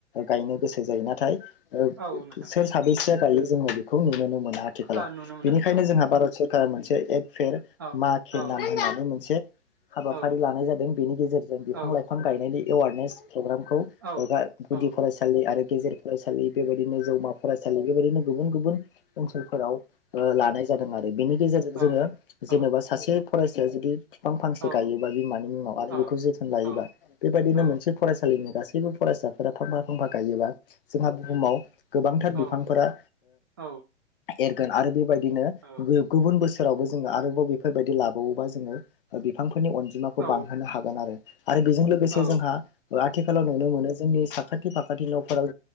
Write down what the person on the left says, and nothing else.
गायनो गोसो जायो नाथाय अ।
साबैसेया गायो जोङो बेखौ नुनो मोना आथिखालाव
बेनिखायनो
जोंहा भारत सर- अ मोनसे एक पेर
मा के
नाम होननानै मोनसे हाबाफारि
लानाय जादों बेनि गेजेरजों बिफां
लाइफां गायनायनि एवारनेस प्रग्रामखौ
माबा गुदि
फरायसालि आरो गेजेर फरायसालि बेबायदिनो फरायसालि बेबायदिनो गुबुन गुबुन ओनसोलफोराव लानाय जादों आरो बेनि गेजेरजों
जोङो जेनेबा
सासे फरायसाया जुदि बिफां फांसे
गायोबा बिमानि मुङाव आरो
बेखौ जोथोन लायोबा
बेबायदिनो
मोनसे फरायसालिनि गासैबो फरायसा। फोरा फांफा फांफा गायोबा जोंहा बुहुमाव
गोबांथार
बिफांफोरा
एरगोन आरो बि बादिनो
गुबुन बोसोरावबो जों आरोबाव बेफोरबायदि लाबो ज बिां <inaudible> <unintelligible> फोरनि अनजिमाखौ
बांहोनो हागोन आरो। आरो बेजों लोगोसे
जोंहा आथिखालाव नुनो मोनो जोंनि फाखाथि फाखाथि न फोराव